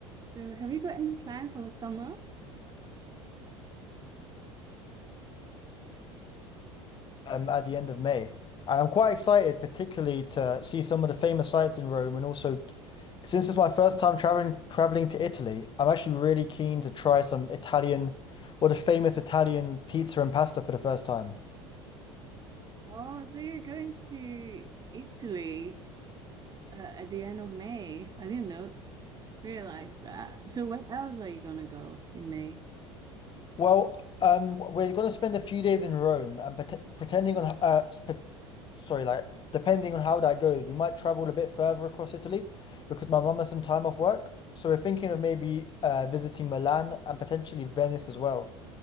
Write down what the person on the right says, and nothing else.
So, have you got any plan for the summer?
Oh, so you're going to Italy uh, at the end of May. I didn't know, realize that. So, when else are you gonna go in May?